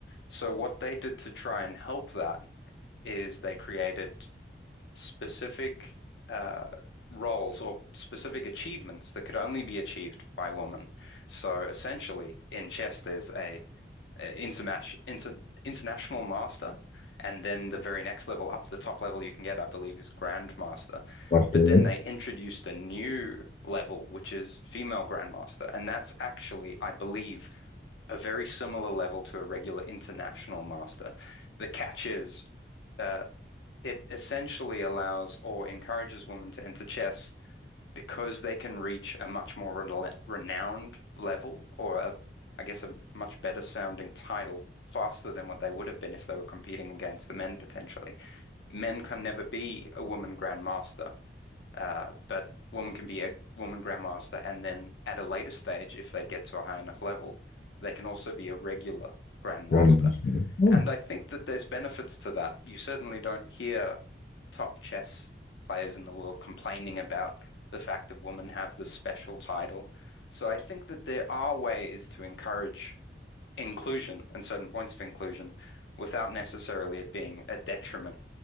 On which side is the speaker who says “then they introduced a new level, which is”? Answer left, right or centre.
Left